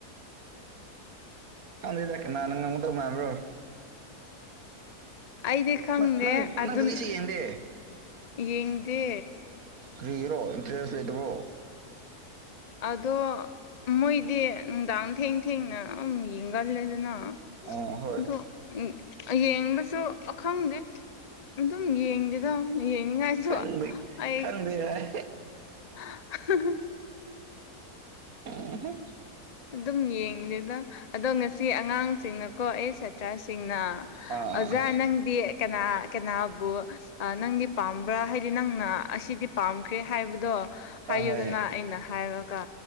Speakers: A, on the right (about 65°); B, on the left (about 45°).
A: ꯈꯪꯗꯦꯗ ꯀꯅꯥꯅ ꯉꯝꯒꯗꯧ ꯃꯥꯟꯕꯔꫭ
B: ꯑꯩꯗꯤ ꯈꯪꯗꯦ
A: ꯅꯪ ꯅꯪ
B: ꯑꯗꯨꯅ
A: ꯅꯪ ꯀꯔꯤꯁꯨ ꯌꯦꯡꯗꯦ
B: ꯌꯦꯡꯗꯦ
A: ꯀꯔꯤꯒꯤꯔꯣ ꯏꯟꯇꯔꯦꯁ ꯂꯩꯇꯕ꯭ꯔꯣ
B: ꯑꯗꯣ ꯃꯣꯏꯗꯤ ꯅꯨꯡꯗꯥꯡ ꯊꯦꯡ ꯊꯦꯡꯅ ꯑꯗꯨꯝ ꯌꯦꯡꯒꯜꯂꯦ ꯑꯗꯨꯅ
A: ꯑꯥ ꯍꯣꯏ
B: ꯑꯗꯣ ꯌꯦꯡꯕꯁꯨ ꯑꯈꯪꯗꯦ ꯑꯗꯨꯝ ꯌꯦꯡꯗꯦꯗꯣ ꯌꯦꯡꯅꯤꯡꯉꯥꯏꯁꯨ
A: ꯈꯪꯗꯦ
B: ꯑꯩ
A: ꯈꯪꯗꯦ ꯍꯥꯏ
B: ꯑ ꯍꯥ ꯍ
A: ꯎꯝ ꯍꯨꯝ
B: ꯑꯗꯨꯝ ꯌꯦꯡꯗꯦꯗ ꯑꯗꯣ ꯉꯁꯤ ꯑꯉꯥꯡꯁꯤꯡꯅꯀꯣ ꯑꯦ ꯁꯥꯇ꯭ꯔꯁꯤꯡꯅ
A: ꯑꯥ
B: ꯑꯣꯖꯥ
A: ꯑꯥ
B: ꯅꯪꯗꯤ ꯀꯅꯥ ꯀꯅꯥꯕꯨ ꯑ ꯅꯪꯗꯤ ꯄꯥꯝꯕ꯭ꯔꯥ ꯍꯥꯏꯗꯤ ꯅꯪꯅ ꯑꯁꯤꯗꯤ ꯄꯥꯝꯈ꯭ꯔꯦ ꯍꯥꯏꯕꯗꯣ ꯍꯥꯏꯌꯨꯗꯅ
A: ꯑꯥ ꯍꯣꯏ
B: ꯑꯩꯅ ꯍꯥꯏꯔꯒ